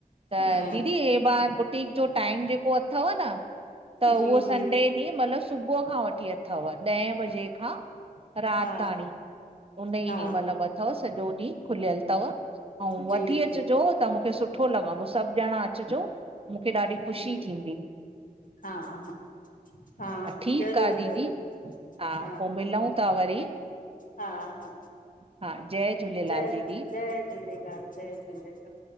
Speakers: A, on the right; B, on the left.
A: त
B: हा
A: दीदी, हे ॿार बुटीक जो टाइम जेको अथव न? त
B: जी
A: उहो
B: जी
A: संडे। ॾीह मतलबु सुबुह खां वठी अथव ॾहें बजे खां रात
B: हा
A: ताणी, उन ई।
B: हा
A: इय मतिलबु अथव सञो ढिह खुल्यल तव्। अंउ वठी
B: जी
A: अचजो,
B: जी
A: त् मुखे सू सुठो लॻंदो, सभु ॼणा अचिजो। मूंखे ॾाढी ख़ुशी
B: जी
A: थीन्दी।
B: हा, हा। हा, हा,
A: ठीकु
B: ज़रूर,
A: आहे दीदी
B: ज़रूर हा।
A: पोइ मिलूं था वरी
B: हा, हा।
A: हा जय झूलेलाल
B: जय,
A: दीदी
B: जय झूलेलाल, जय झूलेलाल‌।